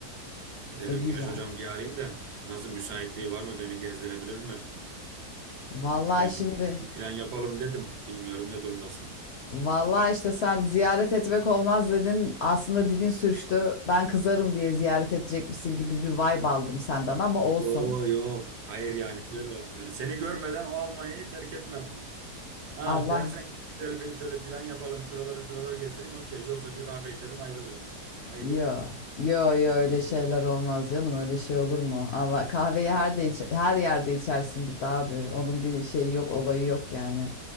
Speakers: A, on the right; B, on the left.
A: E dedim
B: E güzel.
A: Güneş hocam bir arayayım da nasıl müsaitliği var mı beni gezdirebilir mi?
B: Vallahi
A: Şöyle
B: şimdi
A: bir küçük bir plan yapalım dedim. Bilmiyorum ne durumdasın.
B: vallahi işte sen ziyaret etmek olmaz dedin. Aslında dilin sürçtü. Ben kızarım diye ziyaret edecekmişsin gibi bir vibe aldım senden ama olsun.
A: Yo yo. Hayır yani şöyle yani seni görmeden o Almanya'yı terk etmem. Ha
B: Allah
A: dersen ki güzel bir şöyle plan yapalım şuraları şuraları gezdireyim okey. Yoksa bir kahve içerim ayrılırım. Ayıp
B: Yo,
A: ediyorum.
B: yo yo öyle şeyler olmaz canım öyle şey olur mu? Allah kahveyi her de iç- her yerde içersin burada abi. Onun bir şeyi yok olayı yok yani.